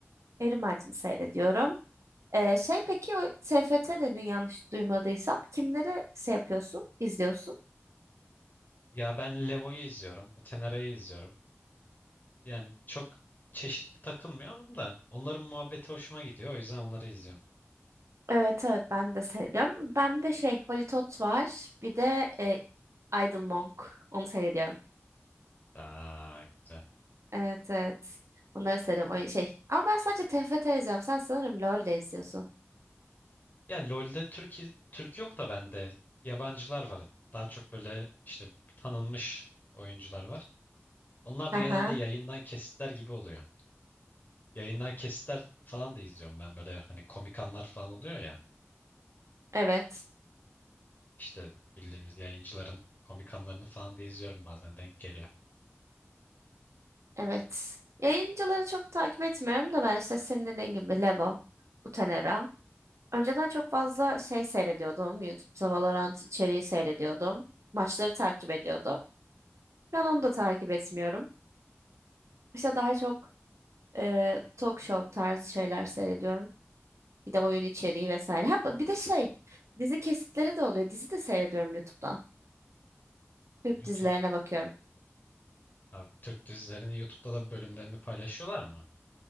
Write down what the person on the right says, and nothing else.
Evrim Ağacı'nı seyrediyorum. Ee, şey peki o TFT dedin yanlış duymadıysam kimleri şey yapıyorsun, izliyorsun?
Evet evet ben de seyrediyorum. Ben bir de şey Holly Tot var. Bir de e, Idle Monk. Onu seyrediyorum.
Evet evet. Onları seyrediyorum. Oyun şey. Ama ben sadece TFT izliyorum. Sen sanırım LoL de izliyorsun.
Aha.
Evet.
Evet. Yayıncıları çok takip etmiyorum da ben işte senin dediğin gibi Levo, Utenera. Önceden çok fazla şey seyrediyordum. YouTube'da Valorant içeriği seyrediyordum. Maçları takip ediyordum. Ben onu da takip etmiyorum. İşte daha çok e, talk show tarzı şeyler seyrediyorum. Bir de oyun içeriği vesaire. Ha, bir de şey dizi kesitleri de oluyor. Dizi de seyrediyorum YouTube'dan. Türk
dizilerine bakıyorum.